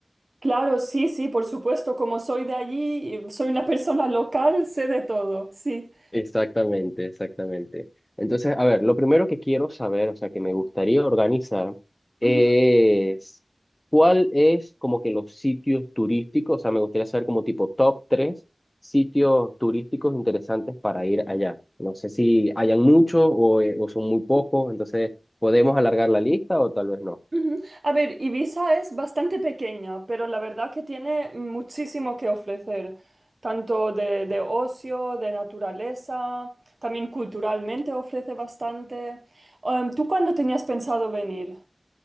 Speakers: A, on the right; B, on the left.
A: Claro, sí, sí, por supuesto, como soy de allí, y soy una persona local, sé de todo, sí.
B: Exactamente, exactamente. Entonces, a ver, lo primero que quiero saber, o sea, que me gustaría organizar, es
A: Ujú,
B: cuál es como que los sitios turísticos, o sea, me gustaría saber como tipo top tres sitios turísticos interesantes para ir allá. No sé si hayan muchos o, eh, o son muy pocos, entonces podemos alargar la lista o tal vez no.
A: ujú. A ver, Ibiza es bastante pequeña, pero la verdad que tiene muchísimo que ofrecer, tanto de, de ocio, de naturaleza, también culturalmente ofrece bastante. Em, ¿tú cuándo tenías pensado venir?